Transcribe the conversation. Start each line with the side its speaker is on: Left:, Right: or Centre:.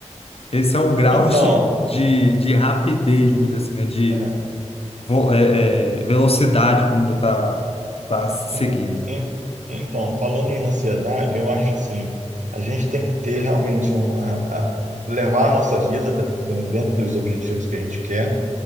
Left: Esse é o grau
Right: Então.
Left: de, de, de rapidez, vamos dizer assim, né? De
Right: É.
Left: vo- é, é, velocidade que o mundo está tá tá seguindo.
Right: En- en- Então, falando em ansiedade, eu acho assim, a gente tem que ter realmente uma, a- levar a nossa vida da- de- dentro daqueles objetivos que a gente quer,